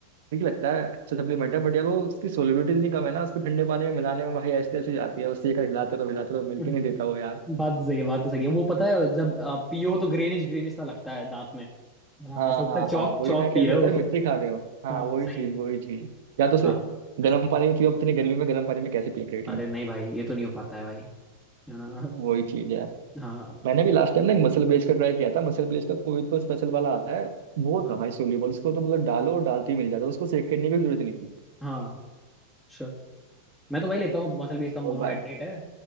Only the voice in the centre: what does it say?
<laughs>
बात सही है बात तो सही है वो पता है जब आप पियो तो ग्रेनिश ग्रेनिश सा लगता है दांत में है ना
ऐसा लगता
है चौक
चौक
पी
रहे
हो
हाँ
सही
है
हाँ
अरे नहीं भाई ये तो नहीं हो पाता है भाई है ना
हाँ
हाँ
हाँ अच्छा मैं तो वही लेता हूँ मसल बेस का
मोनोहाइड्रेट
है